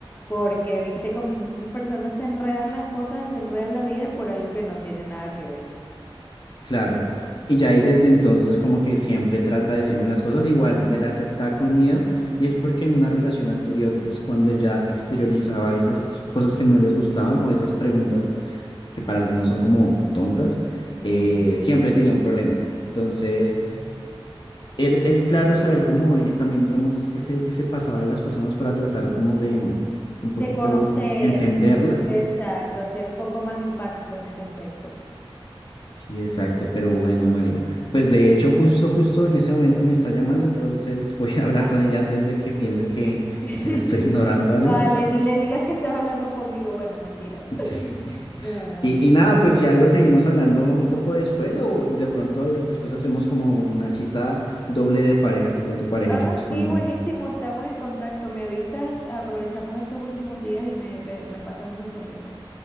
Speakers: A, on the left (about 20°); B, on the left (about 55°).
A: porque viste como muchas personas se enredan las cosas, se enredan la vida por algo que no tiene nada que ver.
B: Claro. Y ya ahí desde entonces como que siempre trata de decirme las cosas, igual me las da con miedo y es porque en una relación anterior, pues cuando ella exteriorizaba esas cosas que no les gustaban o esas preguntas que para algunos son como tontas,
A: Ujú.
B: eh, siempre tenía un problema. Entonces,
A: Mm.
B: er- es claro saber cómo eh, también, digamos, ese, ese pasado de las personas para tratar como de un
A: De
B: poquito
A: conocer,
B: eh, entenderlas
A: exacto, ser un poco más empático en ese aspecto.
B: Sí, exacto, pero bueno, María. Pues de hecho, justo, justo en ese momento me está llamando, entonces <laughs> voy a hablar
A: Ah,
B: con ella antes de que piense que,
A: <laughs>
B: que la estoy <laughs> ignorando algo.
A: Vale, ni le digas que estás hablando conmigo. Bueno, mentira.
B: Sí.
A: <laughs> No, no,
B: Y,
A: no.
B: y nada, pues si algo seguimos hablando un poco después o de pronto es- después hacemos como una cita doble de pareja, tú con tu pareja
A: Ah,
B: y yo pues
A: sí,
B: con la
A: buenísimo,
B: mía.
A: estamos en contacto. Me avisas, aprovechamos estos últimos días y me, pe- me pasas un mensajito.